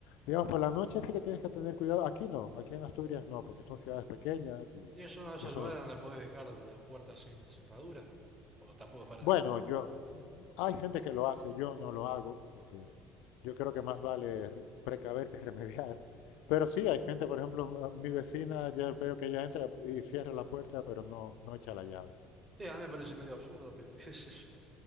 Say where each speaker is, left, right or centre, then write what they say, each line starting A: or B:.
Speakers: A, on the left; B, on the right.
A: digamos, por la noche sí que tienes que tener cuidado. Aquí no, aquí en Asturias no, porque son ciudades pequeñas y
B: Y es uno de esos
A: y eso
B: lugares donde podés dejar la puerta sin cerradura. O tampoco para
A: Bueno,
B: nada.
A: yo, hay gente que lo hace, yo no lo hago, porque yo creo que más vale re- precaver que remediar. Pero sí, hay gente, por ejemplo, m- mi vecina, ya veo que ella entra y cierra la puerta, pero no, no echa la llave.
B: Sí, a mí me parece medio absurdo, pero <laughs> qué sé yo.